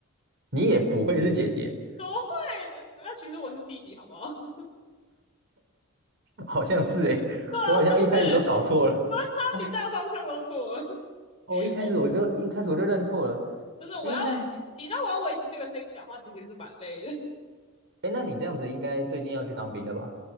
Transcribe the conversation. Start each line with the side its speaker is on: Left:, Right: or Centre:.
Right: 你也不会是姐姐，
Left: 怎么会？那那其实我是弟弟，好不好？<laughs>
Right: 好像是诶、<laughs>
Left: 对啊，
Right: 我好像一开始都搞错了。
Left: 是不是？<laughs> 啊，
Right: 哎，
Left: 你大方向都错了，
Right: 我一开始我就一开始我就认错了。
Left: 我。真的，我要你，
Right: 诶，那
Left: 你知道我要维持这个声音讲话，其实是蛮累的。<laughs>
Right: 诶，那你这样子应该最近要去当兵了吧？